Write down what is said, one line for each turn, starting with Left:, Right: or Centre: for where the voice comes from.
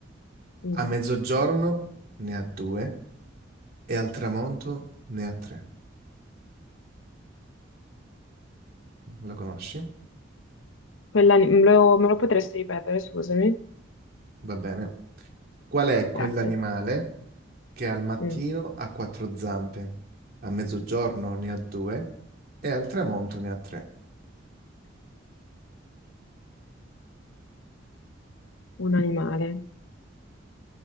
Left: Mm.
Right: A mezzogiorno ne ha due e al tramonto ne ha tre. Lo conosci?
Left: Quella- me lo, me lo potresti ripetere, scusami?
Right: Va bene. Qual è
Left: Grazie.
Right: quell'animale che al mattino
Left: Mm,
Right: ha quattro zampe, a mezzogiorno ne ha due e al tramonto ne ha tre?
Left: Un animale.